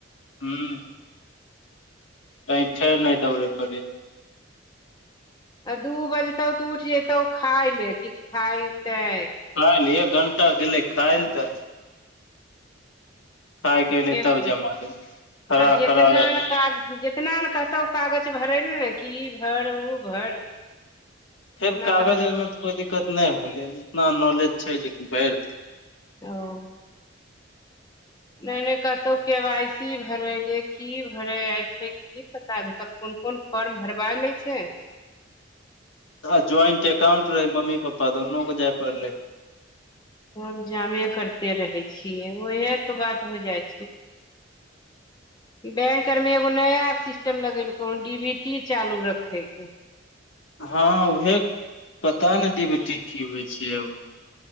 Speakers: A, on the left; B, on the left.
A: हु कहि फेर नहि दौड़े पड़े
B: आ दू बजतौ तऽ उठ जतौ खाय ले क खायते
A: खालल एक घंटा गेलै खालल तऽ खाय के
B: एके
A: एले
B: <unintelligible>
A: तब
B: ख
A: जमा ले खड़ा
B: आ जेतनामे
A: खड़ा हो जा पड़े।
B: काग जितना ने कहतौ कागज भरे ने ने कि ई भर ऊ भर उतना
A: फेर कागज
B: हम
A: ओरमे तऽ कोइ दिक्कत नहि होलै इतना नॉलेज छै जेकि भरि
B: ओ नहि नहि कतहु के वाइ सी भरेले की भरे छै की पता कोन कोन फॉर्म भरबा लै छै
A: आ ज्वाइंट एकाउंट रहे मम्मी पप्पा दुनू के जाय पड़ले
B: सब जामे करते रहै छियै ओहे तऽ बात हो जाइ छै बैंक आरमे एगो नया सिस्टम लगेलकौँ डी बी टी चालू रखैके
A: हँ उहे पता नहि डी भी टी की होइ छै